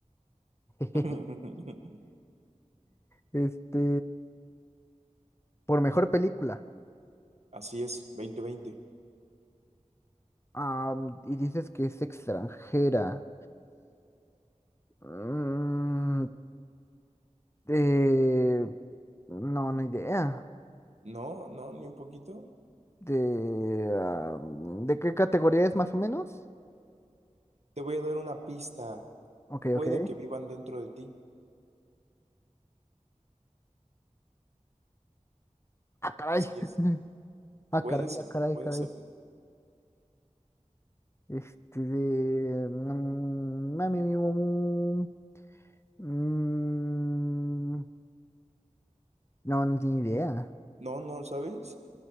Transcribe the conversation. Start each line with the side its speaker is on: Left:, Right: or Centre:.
Left: <laughs>
Right: <laughs>
Left: Este, por mejor película.
Right: Así es, 2020.
Left: Am, y dices que es extranjera. Mm, eh, no, ni idea.
Right: No, no, ni un poquito.
Left: De, am, ¿de qué categoría es más o menos?
Right: Te voy a dar una pista.
Left: Ok,
Right: Puede
Left: ok.
Right: que vivan dentro de ti.
Left: Ah, caray.
Right: Sí es.
Left: <laughs> Ah,
Right: Puede
Left: caray,
Right: ser,
Left: ah, caray,
Right: puede
Left: caray.
Right: ser.
Left: Este de... mm, mami, mi, mu, mu, mm, No, no tiene idea.
Right: No, no, ¿sabes?